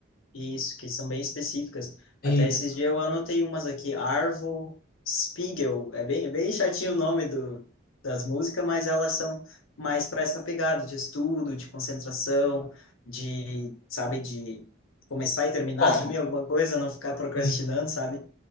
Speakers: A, on the left; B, on the left.
A: Isso, que são bem específicas.
B: Isso.
A: Até esses dias eu anotei umas aqui. Arvo Spiegel. É bem, é bem chatinho o nome do, das músicas, mas elas são mais para essa pegada de estudo, de concentração, de, sabe, de começar e terminar
B: Foco.
A: <laughs> também alguma coisa, não ficar procrastinando,
B: Sim.
A: sabe?